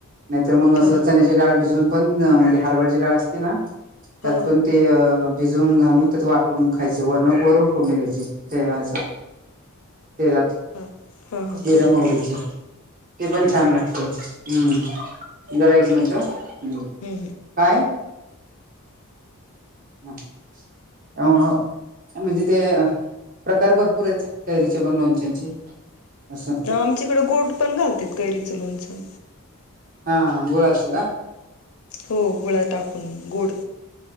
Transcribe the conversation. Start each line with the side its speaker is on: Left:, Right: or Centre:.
Right: नाहीतर मग असं
Left: हा
Right: चण्याची डाळ भिजवून पण म्हणजे हरबरची डाळ असते ना त्यात
Left: हा
Right: कोणती अ भिजवून घालून त्याचा वाटळून खायचा वरन वरून फोडणी द्यायची ते असं तेलात
Left: हा हा हा
Right: जिरा,
Left: का हम्म
Right: मोहरीचे ते पण छान
Left: हम्म
Right: लागते हम्म. जरा एक मिनटं हम्म
Left: हम्म
Right: काय हा त्यामुळं म्हणजे ते प्रकार भरपूर आहेत काैरीचे पण लोणच्यांचे. असं
Left: आमच्याकडं गोड पण घालतेत कैरीचं लोणचं
Right: हा गुळाचा का?
Left: हो गुळा टाकून गोड